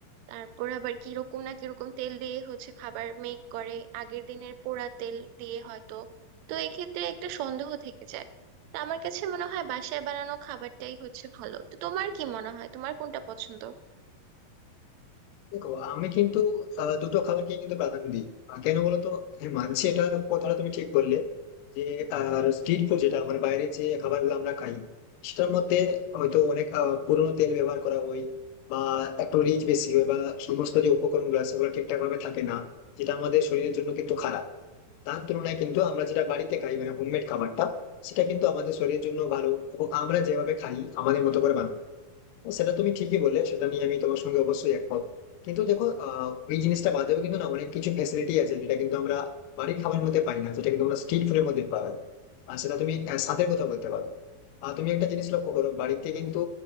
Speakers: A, on the right (about 75°); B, on the left (about 75°).
A: তারপর আবার কিরকম না কিরকম তেল দিয়ে হচ্ছে খাবার মেক করে আগের দিনের পোড়া তেল দিয়ে হয়তো তো এক্ষেত্রে একটা সন্দেহ থেকে যায় তো আমার কাছে মনে হয় বাসায় বানানো খাবারটাই হচ্ছে ভালো তো তোমার কি মনে হয় তোমার কোনটা পছন্দ
B: দেখো আমি কিন্তু আহ, দুটো খাবারকে কিন্তু প্রাধান্য দিই আহ, কেন বলো তো হ্যাঁ মানছি এটা কথাটা তুমি ঠিক বললে যে আর স্ট্রিট ফুড যেটা মানে বাইরে যে খাবারগুলো আমরা খাই সেটার মধ্যে হয়তো অনেক আহ, পুরোনো তেল ব্যবহার করা হয় বা একটু রিচ বেশি হয় বা সমস্ত যে উপকরণগুলো আছে সেগুলো ঠিকঠাক ভাবে থাকে না যেটা আমাদের শরীরের জন্য কিন্তু খারাপ তার তুলনায় কিন্তু আমরা যেটা বাড়িতে খাই মানে হোমমেড খাবারটা সেটা কিন্তু আমাদের শরীরের জন্য ভালো এবং আমরা যেভাবে খাই আমাদের মতো করে বানানো ও সেটা তুমি ঠিকই বললে সেটা নিয়ে আমি তোমার সঙ্গে অবশ্যই একমত কিন্তু দেখো আহ, ওই জিনিসটা বাদেও কিন্তু না অনেক কিছু ফ্যাসিলিটি আছে যেটা কিন্তু আমরা বাড়ির খাবারের মধ্যে পাই না যেটা কিন্তু আমরা স্ট্রিট ফুডের মধ্যে পাওয়া যায় আর সেটা তুমি আহ, স্বাদের কথা বলতে পারো আর তুমি একটা জিনিস লক্ষ্য করো বাড়িতে কিন্তু